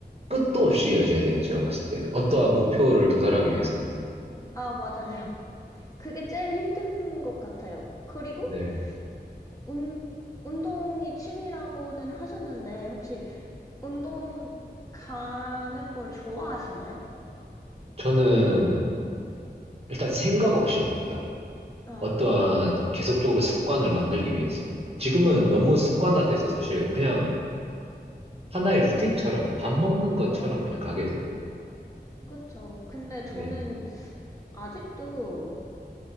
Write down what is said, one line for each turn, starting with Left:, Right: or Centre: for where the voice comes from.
Right: 끝도 없이 이어져야 돼요. 제가 봤을 때 어떠한 목표를 도달하기 위해서는.
Left: 아, 맞아요. <laughs> 그게 제일 힘든 것 같아요. 그리고
Right: 네.
Left: 운, 운동이 취미라고는 하셨는데, 혹시 운동 가는 걸 좋아하시나요?
Right: 저는 일단 생각 없이 갑니다.
Left: 아,
Right: 어떠한 계속적으로 습관을 만들기 위해서. 지금은 너무
Left: 어, 그쵸.
Right: 습관화돼서 사실 그냥 하나의 루틴처럼 밥 먹는 것처럼
Left: 어,
Right: 그냥 가게 돼요.
Left: 그쵸. 근데 저는
Right: 네.
Left: 아직도